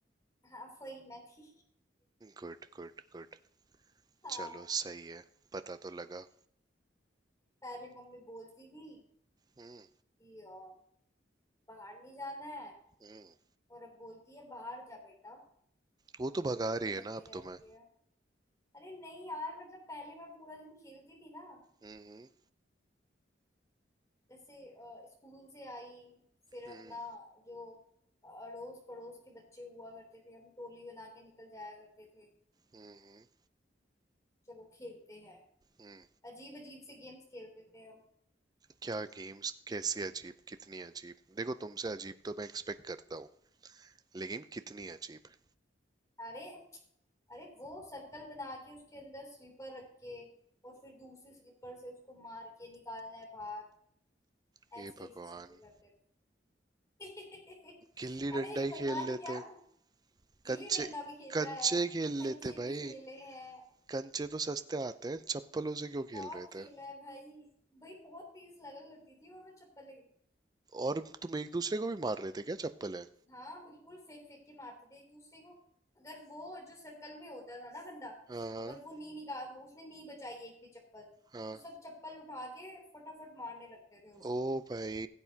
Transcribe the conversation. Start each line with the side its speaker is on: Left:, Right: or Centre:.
Left: हाँ वही मैं थी
Right: Good good good
Left: <laughs> हाँ
Right: चलो सही है पता तो लगा
Left: पहले मम्मी बोलती थी
Right: हम्म
Left: कि अ, बाहर नहीं जाना है
Right: हम्म
Left: और अब बोलती है बाहर जा बेटा
Right: वो तो भगा
Left: पूरा दिन
Right: रही
Left: घर
Right: है ना
Left: में
Right: अब
Left: रहती
Right: तो मैं
Left: है अरे नहीं यार मतलब पहले मैं पूरा दिन खेलती थी ना
Right: हम्म
Left: जैसे अ, स्कूल से आई फिर
Right: हम्म
Left: अपना जो अड़ोस पड़ोस के बच्चे हुआ करते थे हम टोली बना के निकल जाया करते थे
Right: हम्म हम्म
Left: चलो खेलते हैं
Right: हम्म।
Left: अजीब अजीब से गेम्स खेलते थे हम
Right: क्या गेम्स कैसी अजीब कितनी अजीब देखो तुमसे अजीब तो मैं एक्सपेक्ट करता हूँ लेकिन कितनी अजीब
Left: अरे अरे वो सर्कल बना के उसके अंदर स्लीपर रख के और फिर दूसरी स्लीपर से उसको मार के निकालना है बाहर
Right: हे
Left: ऐसी
Right: भगवान
Left: ऐसी चीजें करते थे <laughs>
Right: गिल्ली
Left: अरे
Right: डंडा
Left: ये
Right: ही
Left: भगवान
Right: खेल लेते
Left: क्या गिल्ली
Right: कंचे
Left: डंडा भी खेला
Right: कंचे
Left: है
Right: खेल
Left: कंचे
Right: लेते भाई
Left: भी खेले हैं
Right: कंचे तो सस्ते आते हैं चप्पलों से क्यों
Left: बहुत
Right: खेल रहे
Left: खेला
Right: थे
Left: है भाई भाई बहुत तेज लगा करती थी और वो चप्पलें
Right: और तुम एक दूसरे को भी मार रहे थे क्या चप्पल है
Left: हाँ बिल्कुल फेंक फेंक के मारते थे एक दूसरे को अगर वो जो सर्कल में होता था ना बंदा
Right: हाँ
Left: अगर वो नी निकाल उसने नी बचाई एक भी चप्पल
Right: हाँ
Left: तो सब चप्पल उठा के फटाफट मारने लगते थे उसको
Right: ओ भाई